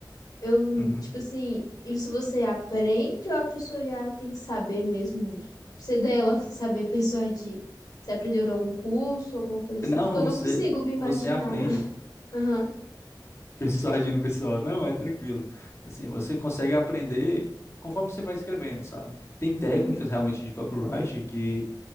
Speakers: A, on the left (about 50°); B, on the left (about 35°).
A: Eu,
B: Uhum.
A: tipo assim, isso você aprende ou a pessoa já tem que saber mesmo, ser dela, <laughs> saber persuadir? Você aprendeu em algum curso, alguma coisa assim?
B: Não,
A: Porque eu
B: você,
A: não consigo me imaginar.
B: você aprende
A: <laughs> Aham.
B: Pessoal agindo, pessoal, não, é tranquilo. Assim, você consegue aprender conforme você vai escrevendo, sabe? Tem técnicas
A: Uhum.
B: realmente de copyright que,